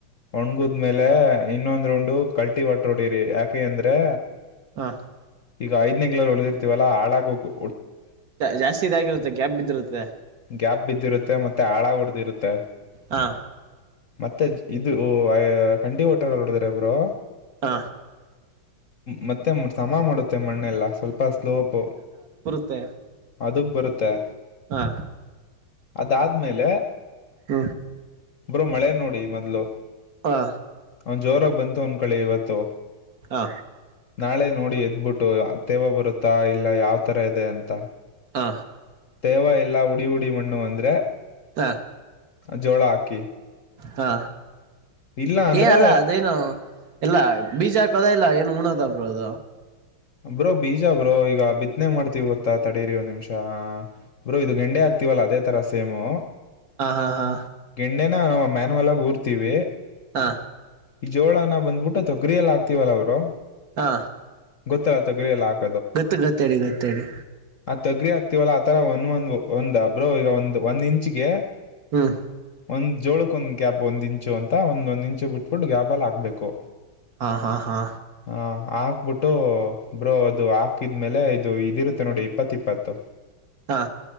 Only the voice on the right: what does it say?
ಹಾ
ಜಾಸ್ತಿ ಇದಾಗಿರುತ್ತೆ ಗ್ಯಾಪ್ ಬಿದ್ದಿರುತ್ತೆ
ಹಾ
ಹ
ತ್ತೆ
ಹಾ
ಹ
ಹಾ
ಹಾ
ಆ
ತ್ತ
ಹಾ
ಏನ ಅಲ್ಲ ಅದೇನು ಇಲ್ಲ ಬೀಜ ಹಾಕದ ಇಲ್ಲ ಏನು ಊಣದ ಬ್ರೋ ಅದು
ಹಾ ಹಾ ಹಾ
ಹಾ
ಹಾ
ಗತ್ತು ಗತ್ತೇಡಿ ಗತ್ತೇಡಿ
ಹ್ಮ್
ಹಾ ಹಾ ಹಾ
ಹಾ